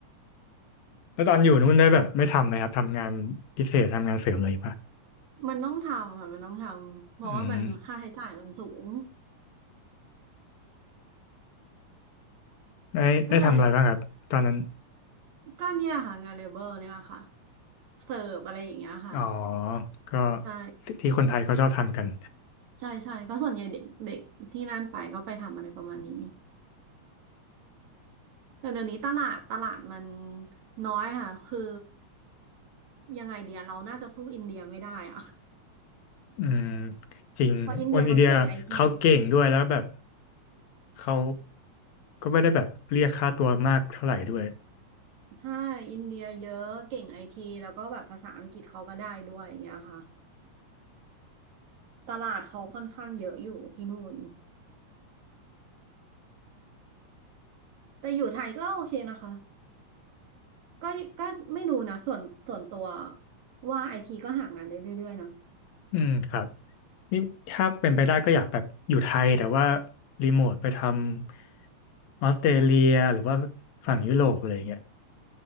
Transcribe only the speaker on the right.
<laughs> ๆมันต้องทำค่ะมันต้องทำเพราะว่ามันค่าใช้จ่ายมันสูง
ก็เลย
ก็เนี่ยค่ะงานเลเบอร์เนี่ยค่ะเสิร์ฟอะไรอย่างเงี้ยค่ะ
ใช่
ใช่ใช่ก็ส่วนใหญ่เด็กเด็กที่นั่นไปก็ไปทำอะไรประมาณนี้แต่เดี๋ยวนี้ตลาดตลาดมันน้อยค่ะคือยังไงเดียเราน่าจะสู้อินเดียไม่ได้อะ <laughs>
เพราะอินเดียเขาเก่งไอที
ใช่อินเดียเยอะเก่งไอทีแล้วก็แบบภาษาอังกฤษเขาก็ได้ด้วยอย่างเงี้ยค่ะ ตลาดเขาค่อนข้างเยอะอยู่ที่นู่นแต่อยู่ไทยก็โอเคนะคะ ก็ก็ไม่รู้นะส่วนส่วนตัวว่าไอทีก็หางานได้เรื่อยๆนะ